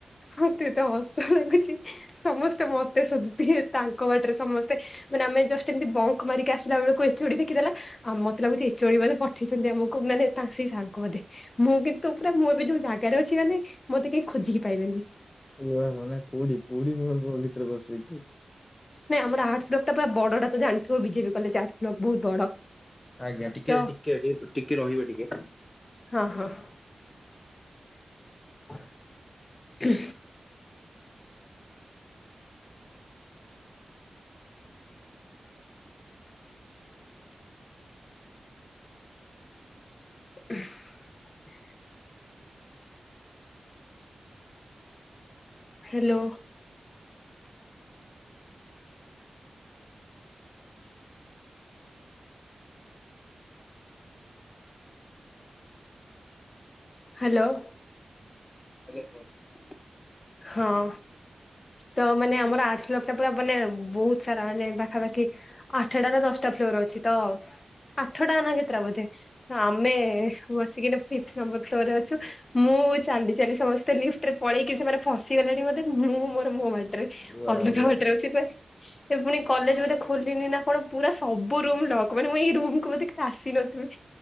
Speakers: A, on the left (about 50°); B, on the left (about 30°).
A: ମତେ ଏତେ ହସ ଲାଗୁଚି। ସମସ୍ତେ ମତେ ଶୋଧୁ ଥିବେ ତାଙ୍କ ବାଟରେ ସମସ୍ତେ ମାନେ ଆମେ ଜଷ୍ଟ ଏମିତି ବଙ୍କ ମାରିକି ଆସିଲା ବେଳକୁ ଏଚଚୋଡି ଦେଖଦେଲା। ଆଉ ମତେ ଲାଗୁଚି ଏଚ ଓ ଡି ବଧେ ପଠେଇଚନ୍ତି ଆମକୁ ମାନେ ତା ସେଇ ସାର୍ଙ୍କୁ ବଧେ। ମୁଁ କିନ୍ତୁ ପୁରା ମୁଁ ଏବେ ଯୋଉ ଜାଗାରେ ଅଛି ମାନେ ମତେ କେହି ଖୋଜିକି ପାଇବେନି।
B: ଓ ମାନେ କୋଉଡିି କୋଉଡ଼ି ମାନ ଭିତରେ ବସିକି
A: ନାଇଁ ଆମର ଆର୍ଟ୍ସ ବ୍ଲକ ଟା ପୁରା ବଡ ଟା ତ ଜାଣିଥିବ ବିଜେପି କଲେଜ ଆର୍ଟ୍ସ ବ୍ଲକଟା ବହୁତ ବଡ।
B: ଆଜ୍ଞା ଟିକେ
A: ତ
B: ଟିକେ ଟିକେ ରହିବେ ଟିକେ।
A: ହଁ ହଁ।
B: <inaudible>
A: ହୁ। <inaudible> ହାଲୋ। ହାଲୋ।
B: ଆଜ୍ଞା କୁହନ୍ତୁ।
A: ହଁ। ତ ମାନେ ଆମର ଆର୍ଟ ବ୍ଲକ ଟା ପୁରା ମାନେ ବହୁତ ସାରା ମାନେ ପାଖାପାଖି ଆଠଟା ନା ଦଶଟା ଫ୍ଲୋର ଅଛି ତ ଆଠଟା ନା କେତେଟା ବୋଧେ? ଆମେଁ ବସିକିନା ଫିପ୍ତ ନମ୍ବର ଫ୍ଲୋର ରେ ଅଛୁ ମୁଁ ଚାଲି ଚାଲି ସମସ୍ତେ ଲିଫ୍ଟ ରେ ପଳେଇକି ସେମାନେ ଫସିଗଲେଣି ବୋଧେ ଫ ମୁଁ ମୋର ମୋ ବାଟ ରେ।
B: ଆଜ୍ଞା
A: ଅଲଗା
B: ଆଉ
A: ବାଟରେ ଅଛି ଏ ପୁଣି କଲେଜ ବଧେ ଖୋଲିନି ନା କଣ ପୁରା ସବୁ ରୁମ ଲକ୍ ମାନେ ମୁଁ ଏଇ ରୁମକୁୁ ବେ ଆସିନଥିବି।